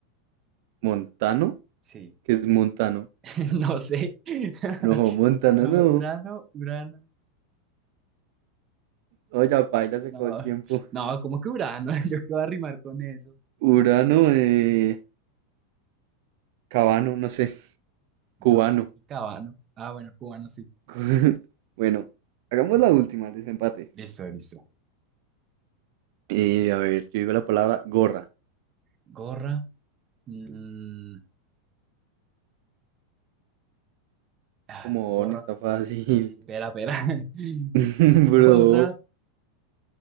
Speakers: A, on the right; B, on the right.
A: Montano,
B: Sí,
A: ¿qué es Montano?
B: <laughs> no sé. <laughs>
A: No, Montano
B: No,
A: no.
B: Urano, Urano.
A: Oye, paila, se
B: No,
A: acabó el tiempo.
B: no, como que Urano, <laughs> yo qué voy a rimar con eso.
A: Urano, eh, Cabano, no sé,
B: No,
A: cubano.
B: como que Cabano. Ah, bueno, cubano sí.
A: <laughs> Bueno, hagamos la última, el desempate.
B: Listo, listo.
A: Eh, a ver, yo digo la palabra gorra.
B: Gorra. mm, ah,
A: Como
B: gorra.
A: on, está fácil.
B: Sí, sí. Espera, espera. <laughs>
A: <laughs> Bro,
B: Gorra,